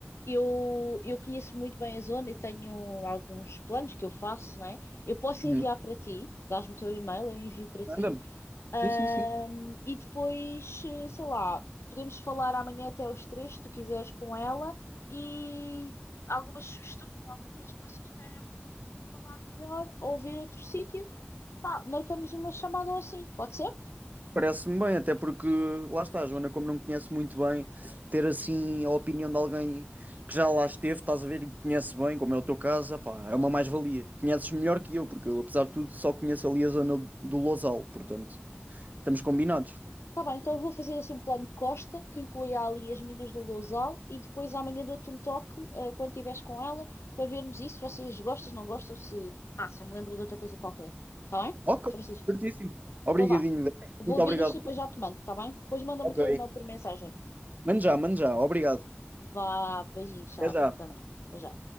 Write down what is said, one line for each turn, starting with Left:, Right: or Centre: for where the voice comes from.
Left: eu, eu conheço muito bem a zona e tenho alguns planos que eu faço, não é? Eu posso
Right: Uhum.
Left: enviar para ti, dás-me o teu e-mail, eu envio para ti.
Right: Anda-me.
Left: Ahm,
Right: Sim, sim, sim.
Left: e depois, eh, sei lá, podemos falar amanhã até aos três, se tu quiseres, com ela e algumas sugestões, algumas coisas que vocês queiram falar melhor ou ver outro sítio. Pá, marcamos uma chamada ou assim, pode ser?
Right: Parece-me bem, até porque lá está, a Joana, como não me conhece muito bem, ter assim a opinião de alguém que já lá esteve, estás a ver, e conhece bem, como é o teu caso, epá, é uma mais-valia. Conheces melhor que eu, porque eu, apesar de tudo, só conheço ali a zona do Lousal, portanto, estamos combinados.
Left: Tá bem, então eu vou fazer assim um plano de Costa que inclui ali as minas do Lousal e depois amanhã dou-te um toque, eh, quando estiveres com ela para vermos isso, se vocês gostam, se não gostam, se, pá, se eu me lembro de outra coisa qualquer. Tá bem?
Right: Ok,
Left: Francisco?
Right: certíssimo. Obrigadinho,
Left: Então vá.
Right: velho.
Left: Vou
Right: Muito
Left: ver
Right: obrigado.
Left: isto e depois já te mando, tá bem? Depois manda-me
Right: Ok,
Left: o teu e-mail por mensagem.
Right: mano já, mano já, obrigado.
Left: Vá, beijinho, tchau.
Right: Até já.
Left: Também. Até já.